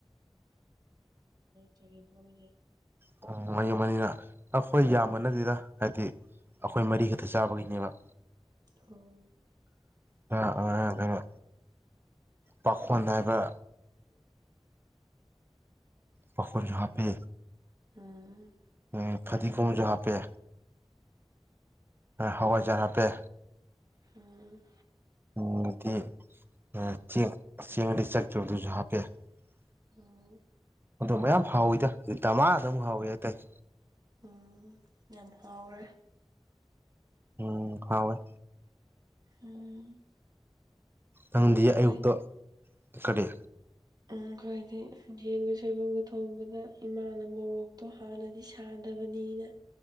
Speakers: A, on the right; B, on the right.
A: ꯆꯒꯦꯝꯄꯣꯝꯃꯤꯁꯦ
B: <unintelligible> ꯑꯩꯈꯣꯏ ꯌꯥꯝꯕ ꯅꯠꯇꯦꯗ ꯍꯥꯏꯗꯤ ꯑꯩꯈꯣꯏ ꯃꯔꯤ ꯈꯛꯇ ꯆꯥꯕꯒꯤꯅꯦꯕ
A: ꯑꯣ
B: ꯉꯥꯔꯥꯡ ꯑꯉꯥꯡ ꯈꯩꯅ ꯄꯥꯈꯣꯟ ꯍꯥꯏꯕ ꯄꯈꯣꯟꯖ ꯍꯥꯞꯄꯦ
A: ꯎꯝ
B: ꯎꯝ ꯐꯗꯤꯒꯣꯝ ꯁꯨ ꯍꯥꯞꯄꯦ ꯍꯋꯥꯏꯖꯔ ꯍꯥꯞꯄꯦ
A: ꯎꯝ
B: <unintelligible>
A: ꯎꯝ
B: ꯑꯗꯣ ꯃꯌꯥꯝ ꯍꯥꯎꯋꯤꯗ ꯗꯃꯥꯗ ꯑꯃꯨꯛ ꯍꯥꯎꯋꯤ ꯍꯥꯏꯇꯥꯔꯦ
A: ꯎꯝ ꯌꯥꯝ ꯍꯥꯎꯈ꯭ꯔꯦ
B: ꯎꯝ ꯍꯥꯎꯏ
A: ꯎꯝ
B: ꯅꯪꯗꯤ
A: ꯑꯩꯈꯣꯏꯗꯤ
B: ꯑꯌꯨꯛꯇ ꯀꯔꯤ
A: ꯑꯩꯈꯣꯏꯗꯤ ꯌꯦꯟꯒ ꯁꯣꯏꯕꯨꯝꯒ ꯊꯣꯡꯕꯗ ꯏꯃꯥꯅ ꯃꯣꯔꯣꯛꯇꯣ ꯍꯥꯟꯅꯗꯤ ꯁꯥꯗꯕꯅꯤꯅ